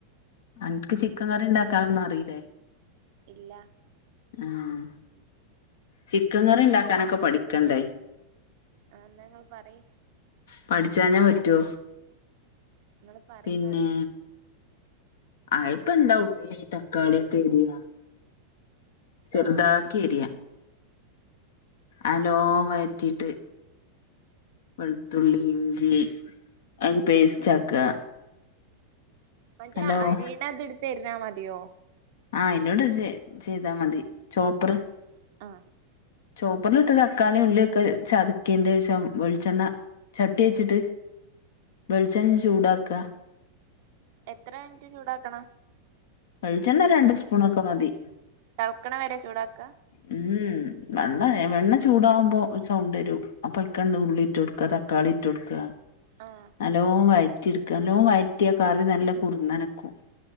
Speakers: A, on the left (about 55°); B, on the right (about 50°).
A: അനക്ക് ചിക്കൻ കറി ഉണ്ടാക്കാനൊന്നും അറിയില്ലേ?
B: ഇല്ല
A: ആഹ് ചിക്കൻ കറി ഉണ്ടാക്കാനൊക്കെ പഠിക്കണ്ടേ
B: ആഹ് ഞങ്ങൾ പറി
A: പഠിച്ചാഞ്ഞ പറ്റോ
B: നിങ്ങൾ പറയുന്ന
A: പിന്നേ ആഹ് ഇപ്പ എന്താ ഉള്ളി തക്കാളിയൊക്കെ എരിയ ചെറുതാ
B: ആ
A: കേരിയ അലോ വറ്റീയിട്ട് വെളുത്തുള്ളി ഇഞ്ചി അ പേസ്റ്റ് ആക്ക
B: മറ്റേ
A: നല്ലോ
B: അരീണ അത് എടുത്ത്ന്നാ മതിയോ
A: ആഹ് അയ്നോട് ച ചെയ്താ മതി ചോപ്പറ്
B: ആ ആ
A: ചോപ്പറിലിട്ട് തക്കാളി ഉള്ളിയൊക്കെ ചതക്കിണ്ടച്ചം വെളിച്ചെണ്ണ ചട്ടി വെച്ചിട്ട് വെളിച്ചെണ്ണം ചൂടാക്ക
B: എത്ര മിനിറ്റ് ചൂടാക്കണ
A: വളിച്ചെണ്ണ രണ്ട് സ്പൂണൊക്കെ മതി
B: തെൾക്ക്ണ വരെ ചൂടാക്ക
A: ഉം വെള്ള വെണ്ണ ചൂടാകുമ്പോൾ സൗണ്ട് തരും അപ്പൊക്കണ്ട് ഉള്ളിട്ട് കൊടുക്കത കാളി ടക്ക
B: ആഹ്
A: നല്ലോ വയറ്റിെട്ക്ക നല്ലോ വയറ്റിയ കാറി നല്ല കുറന്നനക്കും